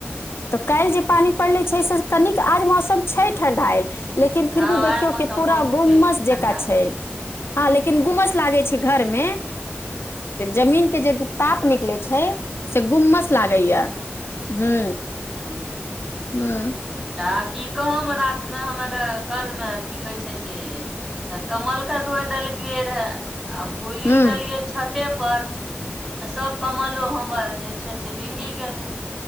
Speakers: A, on the left; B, on the right.
A: तऽ काल्हि जे पानि पड़लै छै से कनिक आज मौसम छै ठं्ढा आल लेकिन फिर
B: हँ
A: भी देखियो
B: आइ मौसम
A: कि पूरा
B: बहुते
A: गुममस
B: ठण्डा
A: जेक छै हँ लेकिन गुमस लागे छै घर मे जमीन के जे ताप निकले छै से गुम्मस लागै या हू
B: ह <unintelligible>
A: हँ
B: आ की कह म मे हग कलमे की कहै छै से कमलके धोए देलिकै रहे आ भुली
A: हूं
B: गेलियै छ पेपर आ सब कमलो हमर जे से भीङंगी गेलै